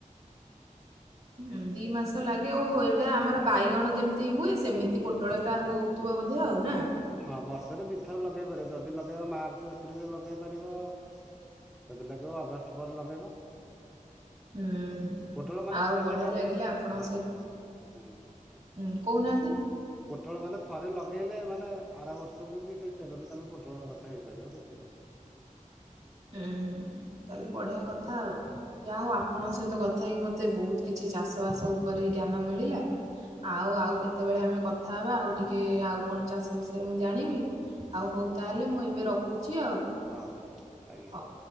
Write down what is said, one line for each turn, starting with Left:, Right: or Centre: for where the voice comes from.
Right: ହୁଁ ଦି ମାସ ଲାଗେ ଓହୋ! ଏଇଟା ଆମର ବାଇଗଣ ଯେମିତି ହୁଏ। ସେମିତି ପୋଟଳ ଟା ହୁ ହୁ ତୁବ ବୋଧେ ଆଉ ନା!
Centre: ହଁ, ବର୍ଷରେ ଦି ଥର ଲଗେଇ ପାରିବ। ଯଦି ଲଗେଇବ ମାର୍ଚ୍ଚ, ଏପ୍ରିଲରେ ଲଗେଇ ପାରିବ। ଯଦି ଲଗେଇବ, ଅଗଷ୍ଟ ପରେ ଲଗେଇବ।
Right: ହୁଁ ହୁଁ
Centre: ପୋଟଳ ମାନେ
Right: ଆଉ
Centre: ଥରେ
Right: ବଢିଆ
Centre: ଲଗେଇଲେ
Right: ଲାଗିଲା ଆପଣଙ୍କ
Centre: ହଁ,
Right: ସହିତ
Centre: ହୁଁ।
Right: ହୁଁ, କହୁନାହାଁନ୍ତି।
Centre: ପୋଟଳ ମାନେ ଥରେ ଲଗେଇଲେ, ମାନେ ଆର ବର୍ଷକୁ ବି ସେ ଚେରରୁ ତୁମେ ପୋଟଳ ଗଛ ହେଇପାରିବ କିଛି ନାହିଁ।
Right: ହୁଁ ହୁଁ ହୁଁ, ତାହେଲେ ବଢ଼ିଆ କଥା ଆଉ। ଯାହା ହଉ ଆପଣଙ୍କ ସହିତ କଥା ହେଇକି, ମୋତେ ବହୁତ କିଛି ଚାଷବାସ ଉପରେ ଜ୍ଞାନ ମିଳିଲା। ଆଉ ଆଉ କେତେବେଳେ ଆମେ କଥା ହବା। ଆଉ, ଟିକେ-ଏ ଆଉ କଣ ଚାଷ ବିଷୟରେ ମୁଁ ଜାଣିବି? ଆଉ, ହଉ ତାହେଲେ ମୁଁ ଏବେ ରଖୁଛି ଆଉ।
Centre: ହଉ ଆଜ୍ଞା।
Right: ହଉ।